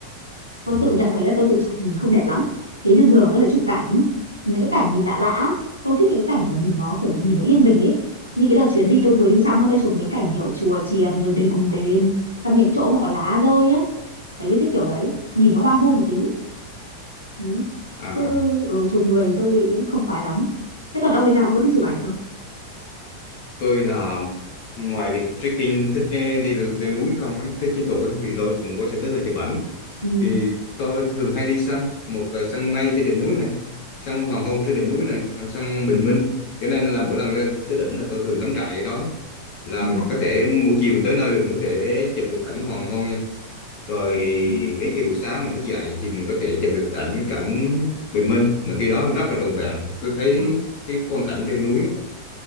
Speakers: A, on the left; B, on the left.
A: tôi
B: Ừ.
A: tự nhận thấy là tôi tự chụp mình không đẹp lắm thế nên thường là tôi sẽ chụp cảnh những cái cảnh nhìn lạ lạ tôi thích những cái cảnh mà nhìn nó kiểu nhìn nó yên bình ấy như cái đợt chuyến đi tôi vừa đi xong á, tôi chụp mấy cảnh kiểu chùa chiền rồi đình đền trong những chỗ mà có lá rơi á đấy tôi thích kiểu đấy nhìn nó hoang vu một tí ừ.
B: à
A: chứ ừ, chụp người thì tôi cũng không khoái lắm thế còn ông thì sao ông có thích chụp ảnh không
B: tôi là ngoài việc trekking thích đi, đi, leo núi không ấy thích chinh phục ấy thì tôi cũng có sở thích là chụp ảnh
A: ừ.
B: thì tôi thường hay đi săn một là săn mây trên đỉnh núi này săn hoàng hôn trên đỉnh núi này rồi săn bình minh cho nên là mỗi lần leo tới đỉnh là tôi thường cắm trại ở đó là
A: Ừ.
B: mình có thể buổi chiều mình tới nơi là mình có thể chụp được ảnh hoàng hôn nha rồi
A: Ừ. Ừ.
B: đến khi buổi sáng mình thức dậy thì mình có thể chụp được ảnh cảnh bình minh là khi đó rất là trọn vẹn tôi thấy
A: Ờ.
B: cái quang cảnh trên núi á,